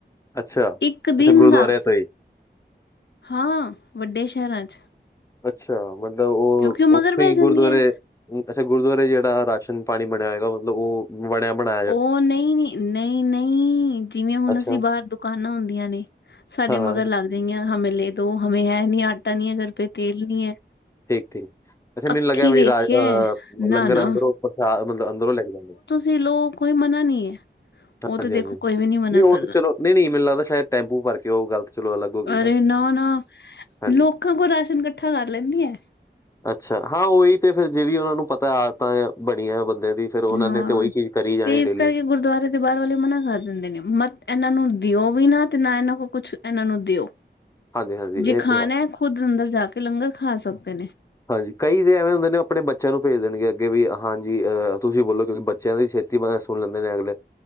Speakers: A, on the left; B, on the left.
A: ਅੱਛਾ,
B: ਇੱਕ
A: ਅੱਛਾ
B: ਦਿਨ
A: ਗੁਰਦੁਆਰੇ
B: ਦਾ
A: ਤੋਂ ਹੀ
B: ਹਾਂ ਵੱਡੇ ਸ਼ਹਿਰਾਂ 'ਚ।
A: ਅੱਛਾ, ਮਤਲਬ ਉਹ
B: ਕਿਉਂਕਿ ਮਗਰ
A: ਉੱਥੋਂ
B: ਪੈ
A: ਹੀ
B: ਜਾਂਦੀਆਂ
A: ਗੁਰਦੁਆਰੇ ਅੱਛਾ ਗੁਰਦੁਆਰੇ ਜੇੜਾ ਰਾਸ਼ਨ ਪਾਣੀ ਬਣਿਆ ਹੈਗਾ ਮਤਲਬ ਉਹ ਬਣਿਆ ਬਣਾ
B: ਉਹ ਨਹੀਂ ਨਹੀਂ ਨਹੀਂ ਜਿਵੇਂ ਹੁਣ
A: ਅੱਛਾ,
B: ਅਸੀਂ ਬਾਹਰ ਦੁਕਾਨਾਂ ਹੁੰਦੀਆਂ ਨੇ, ਸਾਡੇ
A: ਹਾਂ, ਹਾਂ
B: ਮਗਰ ਲੱਗ ਜਾਏਂਗੇ ਹਮੇ ਲੇਦੋ ਹਮੇ ਹੈ ਨੀ ਆਟਾ ਨੀ ਹੈ ਕਰਰ ਪਏ ਤੇਲ ਨੀ ਹੈ,
A: ਠੀਕ-ਠੀਕ। ਵੈਸੇ
B: ਅੱਖੀ
A: ਮੈਨ ਲੱਗਿਆ ਬਈ
B: ਵੇਖਿਆ
A: <unintelligible>
B: ਨਾ
A: ਲੰਗਰ
B: ਨਾ
A: ਅੰਦਰੋ ਪ੍ਰਸ਼ਾਦ ਅੰਦਰੋਂ ਲੈ ਕੇ ਜਾਂਦੇ।
B: ਤੁਸੀ ਲੋ ਕੋਈ ਮਨਾ ਨਹੀਂ ਹੈ ਉਹ ਤੇ
A: ਹਾਂਜੀ,
B: ਦੇਖੋ
A: ਹਾਂਜੀ
B: ਕੋਈ ਵੀ ਨੀ ਮਨਾ
A: ਨਹੀਂ ਉਹ
B: ਕਰਦਾ।
A: ਤਾਂ ਨਹੀਂ, ਨਹੀਂ ਮੈਨੂੰ ਲੱਗਦਾ ਸ਼ਾਇਦ ਟੈਂਪੂ ਭਰ ਕੇ ਉਹ ਗਲਤ ਚਲੋ ਅਲੱਗ ਹੋ ਗਈ
B: ਅਰੇ
A: ਨਾ।
B: ਨਾ
A: ਹਾਂਜੀ।
B: ਲੋਕਾਂ ਕੋਲ ਰਾਸ਼ਨ ਇਕੱਠਾ ਕਰ ਲੈਂਦੀ ਆ।
A: ਅੱਛਾ, ਹਾਂ ਉਹੀ ਤੇ ਫ਼ਿਰ ਜਿਹੜੀ ਉਹਨਾ ਨੂੰ ਪਤਾ ਆਦਤ ਬਣੀਆਂ ਬੰਦਿਆਂ ਦੀ ਫੇਰ, ਉਹਨਾਂ
B: ਹਾਂ।
A: ਨੇ ਤੇ ਉਹੀ ਚੀਜ਼ ਕਰੀ ਜਾਣੀ
B: ਇਸ
A: ਡੇਲੀ।
B: ਕਰਕੇ ਗੁਰਦੁਆਰੇ ਤੇ ਬਾਹਰ ਵਾਲੇ ਮਨਾ ਕਰ ਦਿੰਦੇ ਨੇ ਮਤ ਇਹਨਾਂ ਨੂੰ ਦਿਓ ਵੀ ਨਾ ਤੇ ਨਾ ਇਹਨਾਂ ਕੋਲ ਕੁਛ ਇਹਨਾਂ ਨੂੰ ਦਿਓ।
A: ਹਾਂਜੀ ਹਾਂਜੀ
B: ਜੇ
A: ਇਹ
B: ਖਾਣਾ
A: ਤੇ
B: ਹੈ, ਖੁਦ ਅੰਦਰ ਜਾ ਕੇ ਲੰਗਰ ਖਾ ਸਕਦੇ ਨੇ।
A: ਹਾਂਜੀ, ਕਈ ਦੇ ਐਵੇਂ ਹੁੰਦੇ ਨੇ ਆਪਣੇ ਬੱਚਿਆਂ ਨੂੰ ਭੇਜ ਦੇਣਗੇ ਅੱਗੇ ਵੀ ਹਾਂਜੀ ਅਹ ਤੁਸੀਂ ਬੋਲੋ ਕਿਉਂਕਿ ਬੱਚਿਆਂ ਦੀ ਛੇਤੀ ਕੀ ਮਤਲ ਸੁਣ ਲੈਂਦੇ ਨੇ ਅਗਲੇ